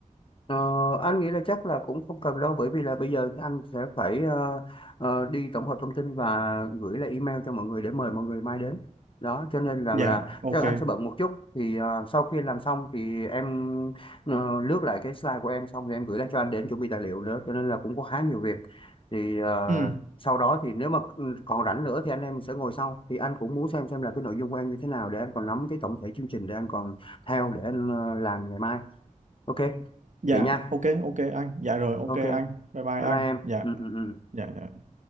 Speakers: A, on the left; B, on the right.
A: Ờ, anh nghĩ là chắc là cũng không cần đâu bởi vì là bây giờ thì anh sẽ phải ờ, ờ, đi tổng hợp thông tin và gửi lại email cho mọi người để mời mọi người mai đến đó cho nên rằng
B: Dạ,
A: là
B: ok.
A: chắc anh sẽ bận một chút thì ờ, sau khi làm xong thì em ờ, lướt lại cái slide của em xong thì em gửi lại cho anh để em chuẩn bị tài liệu nữa cho nên là cũng có khá nhiều việc thì ờ,
B: Ừ,
A: sau đó thì nếu mà ừ, còn rảnh nữa thì anh em sẽ ngồi sau thì anh cũng muốn xem xem là cái nội dung của em như thế nào để anh còn nắm cái tổng thể chương trình để anh còn theo để anh ờ, làm ngày mai ok
B: dạ,
A: vậy nha
B: ok ok anh. Dạ rồi, ok
A: ok
B: anh. Bye bye
A: bye
B: anh.
A: bye em
B: Dạ,
A: ừ, ừ, ừ.
B: dạ. dạ.